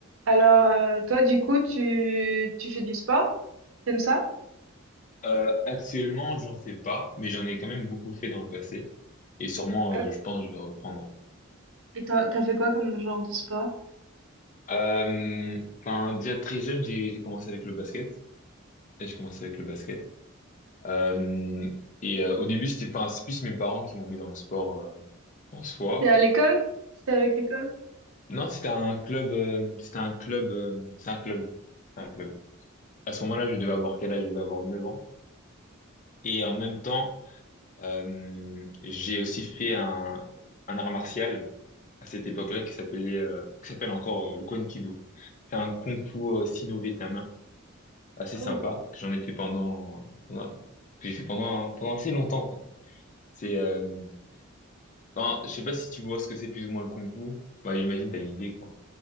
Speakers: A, on the right; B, on the left.
A: Alors, euh, toi, du coup, tu, tu fais du sport? T'aimes ça?
B: Euh, actuellement, j'en fais pas, mais j'en ai quand même beaucoup fait dans le passé. Et sûrement,
A: Euh,
B: euh, je pense, que je vais reprendre.
A: Et t'as, t'as fait quoi comme genre de sport?
B: Euh, enfin, déjà très jeune, j'ai j'ai commencé avec le basket. J'ai commencé avec le basket. Euh, et euh, au début, c'était enfin, c'est plus mes parents qui m'ont mis dans le sport euh, en soi.
A: T'es à l'école? C'était avec l'école?
B: Non, c'était un club. euh, c'était un club. euh, c'est un club. C'est un club. À ce moment-là, je devais avoir quel âge? Je devais avoir 9 ans. Et en même temps, euh, j'ai aussi fait un, un art martial à cette époque-là qui s'appelait, euh, qui s'appelle encore euh, le Kwan Kido. C'est un kung-fu sino-vietnamien assez sympa
A: Oh, wow.
B: que j'en ai fait pendant, pendant- que j'ai fait pendant pendant assez longtemps quoi. C'est, euh, enfin, je sais pas si tu vois ce que c'est plus ou moins le kung-fu. Ouais, j'imagine t'as une idée quoi.